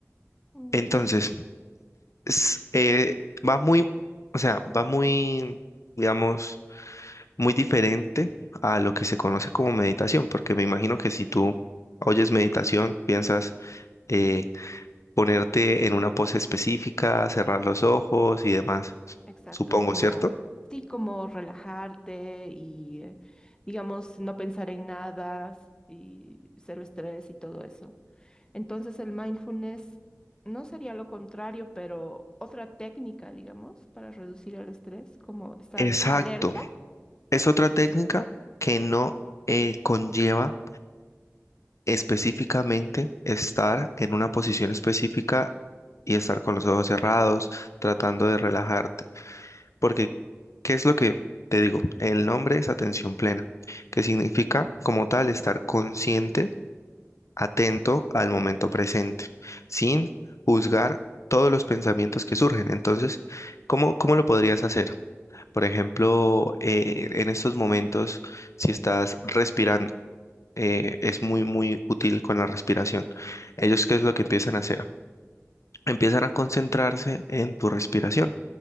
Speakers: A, on the left; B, on the left.
A: mm,
B: Entonces,
A: ya,
B: es, eh, va muy, o sea, va muy, digamos, muy diferente a lo que se conoce como meditación, porque me imagino que si tú oyes meditación, piensas eh, ponerte en una pose específica, cerrar los ojos y demás, s-
A: exacto,
B: supongo,
A: como,
B: ¿cierto?
A: sí, como relajarte y, eh, digamos, no pensar en nada s- y cero estrés y todo eso. Entonces el mindfulness no sería lo contrario, pero otra técnica, digamos, para reducir el estrés, como estar
B: Exacto.
A: alerta.
B: Es otra técnica que no eh, conlleva específicamente estar en una posición específica y estar con los ojos cerrados, tratando de relajarte. Porque, ¿qué es lo que te digo? El nombre es atención plena, que significa como tal estar consciente, atento al momento presente, sin juzgar todos los pensamientos que surgen. Entonces, ¿cómo, cómo lo podrías hacer? Por ejemplo, eh, en estos momentos, si estás respirando, eh, es muy, muy útil con la respiración. Ellos, ¿qué es lo que empiezan a hacer? Empiezan a concentrarse en tu respiración.